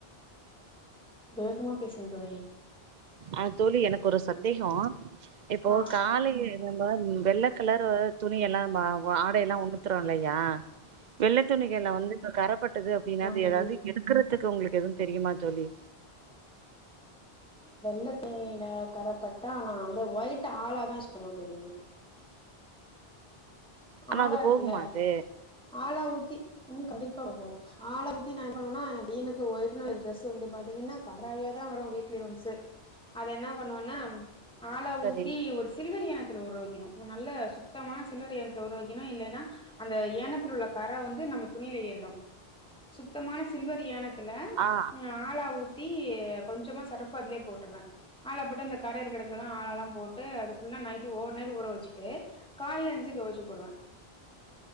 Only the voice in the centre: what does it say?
வேகமா பேசுங்க தோழி
ஆ
ஆமா
தோழி
வெள்ள துணில கரப்பட் டா நா வந்து ஒயிட் ஆளா தான் யூஸ் பண்ணுவ தோழி
ஆளா
இருக்குல்ல
ஆளா ஊத்தி ம் கடைக்கு போறாங்க ஆளா ஊத்தி நீ நா வாங்கனா என் பையனுக்கு ஒயிட்நா இன்ட்ரெஸ்ட் <unintelligible> வந்து பாத்தீங்கன்னா கன்ராாவியாதா வரு வீக்லி ஒன்சு அத என்ன பண்ணுவோன்னா ஆலா
ஊத்தி ஒரு சில்வர் யானத்துல ஊற வெய்க்கணு நல்ல சுத்தமா சில்வர் யான த்துல ஊற வெக்கணு இல்லேன்னா அந்த ஏனத்தில உள்ள கர வந்து நம்ம துணில ஏறிடு சுத்தமான சில்வர் யானத்துல
ம் ஆலா ஊத்தி கொஞ்சமா சர்ப்ஃ அதுலயே போட்ருவே ஆலா போட்டு அந்த கரயிருக்கிறதுல்லா ஆலால்லா போட்டு அது ஃபுல்லா நைட்டு ஓவர் நைட் ஊற வெச்சிட்டு கால்ல என்ச்சி தொவச்சு போடுவே